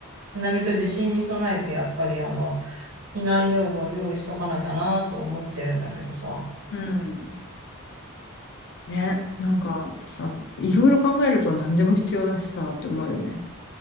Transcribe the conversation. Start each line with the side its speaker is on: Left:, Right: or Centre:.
Right: 津波と地震に備えて、やっぱりあの、避難用具を用意しとかなきゃなと思ってるんだけどさ、
Left: うん。ね、なんかさ、いろいろ考えると何でも必要だしさ、って思うよね。